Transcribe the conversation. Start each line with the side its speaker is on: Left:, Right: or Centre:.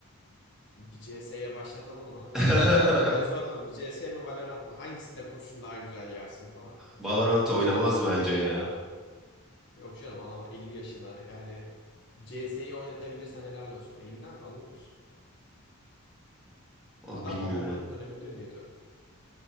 Left: Bir CS'ye başlatalım onu.
Centre: <laughs>
Left: Hadi soralım bir C S mi Valorant mı? Hangisinde kurşun daha güzel yersin falan.
Centre: Valorant
Left: Bir
Centre: oynamaz
Left: de orada dene.
Centre: bence ya.
Left: Yok canım adam 50 yaşında yani C CS'yi oynatabilirsen helal olsun. Elli'den fazladır.
Centre: O
Left: Adam
Centre: bilmiyorum.
Left: babamların döneminde ünlüydü.